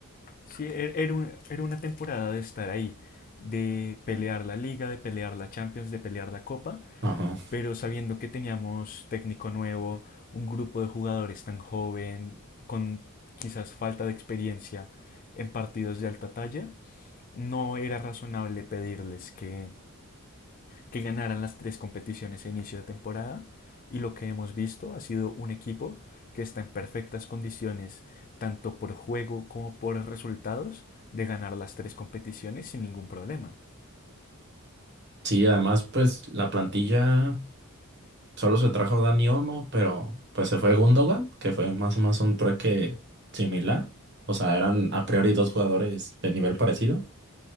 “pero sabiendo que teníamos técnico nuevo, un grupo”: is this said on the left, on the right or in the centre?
Left